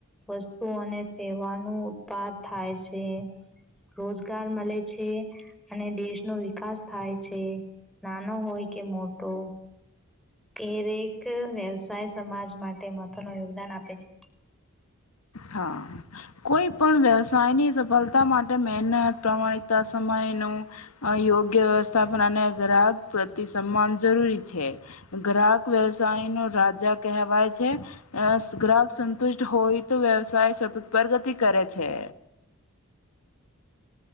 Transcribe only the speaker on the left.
હા, કોઈ પણ વ્યવસાય ની સફલતા માટે મે હનત, પ્રમાણિકતા, સમય નું અહ યોગ્ય સ્થાપના અને ગ્રાહક પ્રતિ સન્માન જરૂરી છે. ગ્રાહક વ્યવસાય નું રાજા કેહવાય છે, અસ ગ્રાહક સંતુષ્ટ હોય તો વ્યવસાય સતત પરગતિ કરે છે.